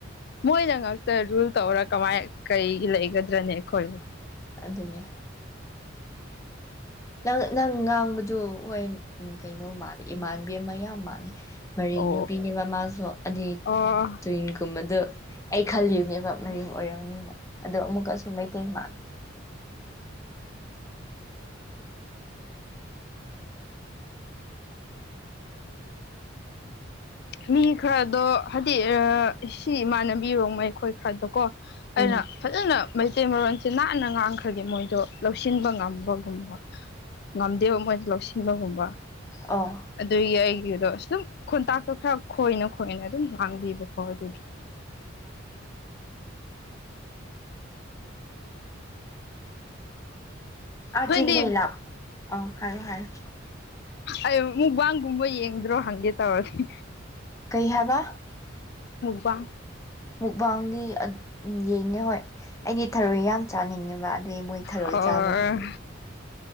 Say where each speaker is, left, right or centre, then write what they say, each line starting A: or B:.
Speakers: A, on the left; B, on the left.
A: ꯃꯣꯏꯅ ꯉꯇ ꯔꯨꯜ ꯇꯧꯔ ꯀꯃꯥꯏ ꯀꯩ ꯂꯩꯒꯗ꯭ꯔꯅꯤ ꯑꯩꯈꯣꯏꯕꯨ
B: ꯑꯗꯨꯅꯦ ꯅꯪ ꯅꯪ ꯉꯥꯡꯕꯗꯨ ꯍꯣꯏ ꯀꯩꯅꯣ ꯃꯥꯜꯂꯦ ꯏꯃꯥꯟꯕꯤ ꯑꯃ ꯌꯥꯝ ꯃꯥꯜꯂꯦ ꯃꯔꯦꯡ
A: ꯑꯣ
B: ꯅꯨꯄꯤꯅꯦꯕ ꯃꯥꯁꯨ ꯑꯗꯨꯗꯤ
A: ꯑꯣ
B: ꯇꯨꯋꯤꯟꯒꯨꯝꯕꯗ ꯑꯩ ꯈꯜꯂꯤꯕꯅꯦꯕ ꯃꯔꯤꯡ ꯑꯣꯏꯔꯝꯅꯤꯅ ꯑꯗꯣ ꯑꯃꯨꯛꯀꯁꯨ ꯃꯩꯇꯩ ꯃꯥꯂ
A: ꯃꯤ ꯈꯔꯗꯣ ꯍꯥꯏꯗꯤ ꯁꯤ ꯏꯃꯥꯟꯅꯕꯤꯔꯣꯡꯕ ꯑꯩꯈꯣꯏ ꯈꯔꯗꯣ ꯀꯣ
B: ꯎꯝ
A: ꯑꯩꯅ ꯐꯖꯅ ꯃꯩꯇꯩ ꯃꯔꯣꯟꯁꯦ ꯅꯥꯟꯅ ꯉꯥꯡꯈ꯭ꯔꯗꯤ ꯃꯣꯏꯗꯣ ꯂꯧꯁꯤꯟꯕ ꯉꯝꯕꯒꯨꯝꯕ ꯉꯝꯗꯦꯕ ꯃꯣꯏꯗ ꯂꯧꯁꯤꯟꯕꯒꯨꯝꯕ
B: ꯑꯣ
A: ꯑꯗꯨꯒꯤ ꯑꯩꯒꯤꯗꯣ ꯁꯨꯝ ꯈꯨꯣꯟꯇꯥꯛꯇ ꯈꯔ ꯈꯣꯏꯅ ꯈꯣꯏꯅ ꯑꯗꯨꯝ ꯉꯥꯡꯕꯤꯕꯀꯣ ꯑꯗꯨꯗꯤ <inaudible>
B: ꯑ
A: ꯅꯣꯏꯗꯤ
B: ꯆꯤꯡꯅ ꯂ ꯑꯣ ꯍꯥꯏꯔꯨ ꯍꯥꯏꯔ
A: ꯑ ꯃꯨꯕꯥꯒꯨꯝꯕ ꯌꯦꯡꯗ꯭ꯔꯣ ꯍꯪꯦ ꯇꯋꯥꯁꯤꯦ
B: ꯀꯩ ꯍꯥꯏꯕ
A: ꯋꯥꯟ
B: ꯃꯨꯛꯕꯥꯡꯗꯤ ꯌꯦꯡꯉꯦ ꯍꯣꯏ ꯑꯩꯗꯤ ꯊꯔꯣꯏ ꯌꯥꯝ ꯆꯥꯅꯤꯡꯉꯦꯕ ꯑꯗꯨ ꯃꯣꯏ ꯊꯔꯣꯏ
A: ꯑꯣꯔ
B: ꯆꯥꯕꯗꯨꯗꯤ